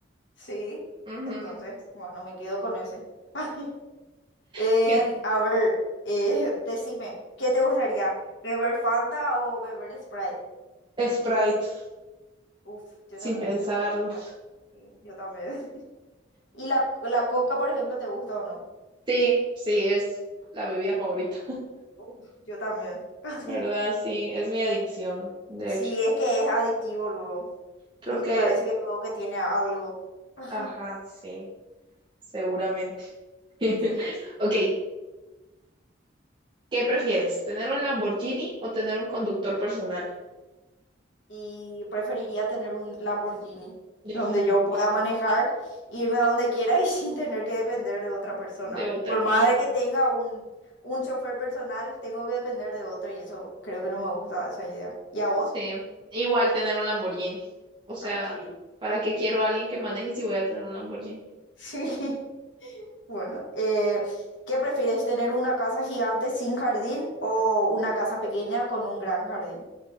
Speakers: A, on the left; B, on the right.
A: Sí,
B: Ujú.
A: entonces, bueno, me quedo con ese. <laughs> Em,
B: Hay gente-
A: a ver, eh, <laughs> decime, ¿qué te gustaría? ¿Beber Fanta o beber Sprite?
B: Sprite,
A: Uf, yo
B: sin
A: también
B: pensarlo.
A: me quedo con Sprite. Sí, yo también. <laughs> ¿Y la, la Coca, por ejemplo, te gusta o no?
B: Sí, sí, es la bebida favorita.
A: Uf, yo también. <laughs>
B: ¿verdad? Sí, es mi adicción, de
A: Sí,
B: hecho.
A: es que es adictivo luego.
B: Creo
A: Es-
B: que,
A: parece que luego que tiene algo. <laughs>
B: ajá, sí, seguramente. <laughs>
A: Sí.
B: Ok, ¿qué prefieres? ¿Tener un Lamborghini o tener un conductor personal?
A: y preferiría tener un Lamborghini
B: Definitivamente.
A: donde yo pueda manejar, e irme a donde quiera y <laughs> sin tener que depender de otra persona.
B: De otra
A: Por
B: persona.
A: más de que tenga un, un chofer personal, tengo que depender de otro y eso creo que no me gusta esa idea. ¿Y a vos?
B: Sí, igual tener un Lamborghini. O sea,
A: Ok.
B: ¿para qué quiero a alguien que maneje si voy a tener un Lamborghini?
A: Sí, <laughs> bueno. eh, ¿qué prefieres, tener una casa gigante sin jardín o una casa pequeña con un gran jardín?